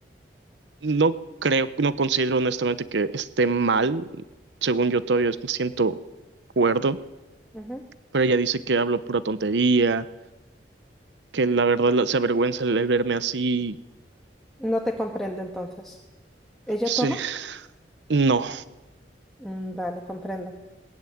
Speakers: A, on the right (about 90°); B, in the centre.
A: No creo, no considero honestamente que esté mal. Según yo todavía me siento cuerdo,
B: Ujú.
A: pero ella dice que hablo pura tontería, que la verdad la- se avergüenza el verme así.
B: No te comprende entonces. ¿Ella
A: Sí,
B: toma?
A: no.
B: Mm, vale, comprendo.